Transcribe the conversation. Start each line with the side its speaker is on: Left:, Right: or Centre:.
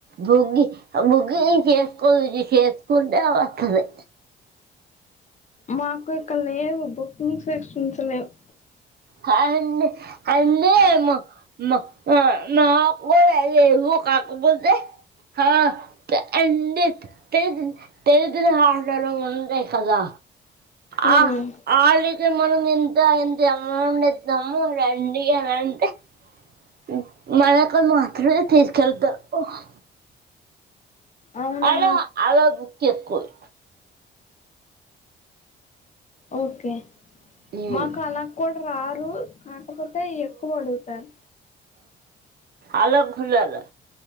Right: బుగ్గి బుగ్గి చేసుకోదు చేసుకుంటే అదస్తది
Left: అ మాకు ఇక్కల్లేవు బుకింగ్ సెక్షన్స్ లేవ్
Right: కాదండి అన్నీ మ మ అ మాకు <unintelligible> కాకపోతే ఆ ఎన్ <unintelligible> తెరిదుల ఆటలో ఉంటై కదా
Left: ఉమ్
Right: అ ఆళికి మనం ఇంతో ఎన్ జమూందే జమ్ముగ రండి అనంటే ఉ మనకు మాత్రమే తీసుకెళ్తారు ఉహ్
Left: అవునా
Right: అలా అలా గుత్తెక్కున్
Left: ఓకే
Right: చేసుకోవచ్చు
Left: మాకు అలా కూడ రారు కాకపోతే ఎక్కువ అడుగుతారు
Right: అలా <unintelligible>